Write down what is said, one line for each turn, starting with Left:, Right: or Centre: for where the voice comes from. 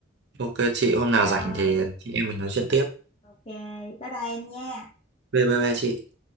Right: ok chị hôm nào
Left: rồi
Right: rảnh thì chị em mình nói chuyện tiếp
Left: ok bye bye em nha
Right: bye bye bye chị